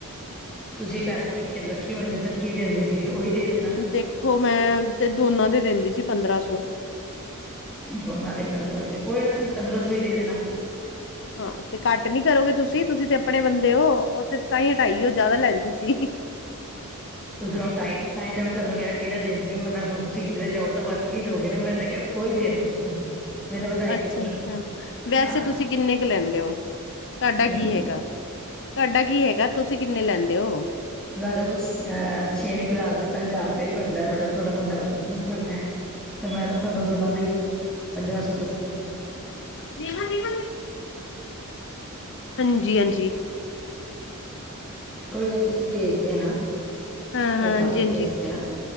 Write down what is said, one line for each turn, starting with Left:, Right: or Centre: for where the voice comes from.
Centre: ਤੁਸੀਂ ਪਹਿਲਾਂ ਪਿੱਛੇ ਰੱਖੀ ਹੋਣੀ ਉੱਧਰ ਕੀ ਦਿੰਦੇ ਸੀ ਉਹੀ ਦੇ ਦੇਣੇ।
Left: ਦੇਖੋ ਮੈਂ ਤੇ ਦੋਨਾਂ ਦੇ ਦਿੰਦੀ ਸੀ ਪੰਦਰਾਂ ਸੌ।
Centre: ਦੋਨਾਂ ਦੇ ਪੰਦਰਾਂ ਸੌ, ਕੋਈ ਨਾ ਤੁਸੀਂ ਪੰਦਰਾਂ ਸੌ ਹੀ ਦੇ ਦੇਣਾ
Left: ਹਾਂ ਤੇ ਘੱਟ ਨੀ ਕਰੋਗੇ ਤੁਸੀਂ। ਤੁਸੀਂ ਤੇ ਆਪਣੇ ਬੰਦੇ ਹੋ। ਉੱਥੇ ਤਾਂ ਹੀ ਹਟਾਈ ਉਹ ਜ਼ਿਆਦਾ ਲੈਂਦੀ ਸੀ।
Centre: ਉੱਧਰੋਂ ਹਟਾਈ ਸੀ ਤਾਂ ਹੀ ਤਾਂ ਮੈਂ ਤੁਹਾਨੂੰ ਕਿਹਾ ਜਿਹਨਾਂ ਦਿੰਦੇ ਹੋ ਨਾ ਹੁਣ ਤੁਸੀਂ ਕਿਧਰੇ ਜਾਓ ਤਾਂ ਵੱਧ ਕੇ ਦੋਗੇ ਨਾ ਮੈਂ ਤਾਂ ਕਿਹਾ ਉਹੀ ਦੇ ਰਹੇ ਤੁਸੀਂ ਮੈਂ ਤਾਂ ਵਧਾਈ
Left: ਅੱਛਾ,
Centre: ਵੀ ਨੀ
Left: ਵੈਸੇ
Centre: ਹਾਂ
Left: ਤੁਸੀਂ ਕਿੰਨੇ ਕੁ ਲੈਂਦੇ ਹੋ, ਤੁਹਾਡਾ
Centre: ਹਮ
Left: ਕੀ ਹੈਗਾ ਤੁਹਾਡਾ ਕੀ ਹੈਗਾ ਤੁਸੀਂ ਕਿੰਨੇ ਲੈਂਦੇ ਹੋ
Centre: ਮੈ ਤੇ ਬਸ, ਛੇਵੀਂ ਕਲਾਸ ਦੇ ਤਾਂ ਹਜ਼ਾਰ ਰੁਪਏ ਵੀ ਬਣਦਾ ਤੁਹਾਡਾ। ਤੁਹਾਡਾ ਮੁੰਡਾ ਤਾਂ ਸੱਤਵੀਂ 'ਚ ਪੜ੍ਹਦਾ ਹੈ ਤੇ ਮੈਂ ਤਾਂ ਤੁਹਾਨੂੰ ਦੋਨਾਂ ਦਾ ਹੀ ਪੰਦਰਾਂ ਸੌ ਦੱਸਿਆ
Left: <unintelligible> ਹਾਂਜੀ, ਹਾਂਜੀ
Centre: ਕੋਈ ਨਾ ਤੁਸੀਂ ਭੇਜ ਦੇਣਾ।
Left: ਹਾਂ-
Centre: ਸੋਮਵਾਰ
Left: ਹਾਂ, ਹਾਂਜੀ-
Centre: ਤੋਂ ਭੇਜ
Left: ਹਾਂਜੀ
Centre: ਦੇਣਾ